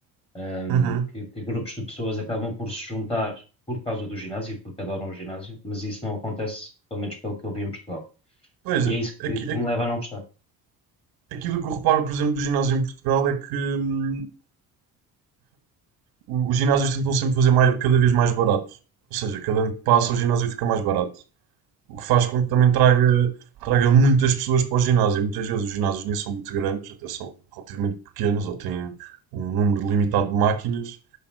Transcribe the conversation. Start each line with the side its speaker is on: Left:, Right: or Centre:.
Left: ahm,
Right: Uhum.
Left: que, que grupos de pessoas acabam por se juntar por causa do ginásio, porque adoram o ginásio, mas isso não acontece, pelo menos pelo que eu vi em Portugal.
Right: Pois,
Left: E é isso
Right: aqui,
Left: que, que me leva a não gostar.
Right: Aquilo que eu reparo, por exemplo, do ginásio em Portugal é que hum, o- os ginásios tentam sempre fazer mais- cada vez mais barato. Ou seja, cada ano que passa o ginásio fica mais barato. O que faz com que também traga, traga muitas pessoas para o ginásio. Muitas vezes os ginásios nem são muito grandes, até são relativamente pequenos ou têm um número limitado de máquinas.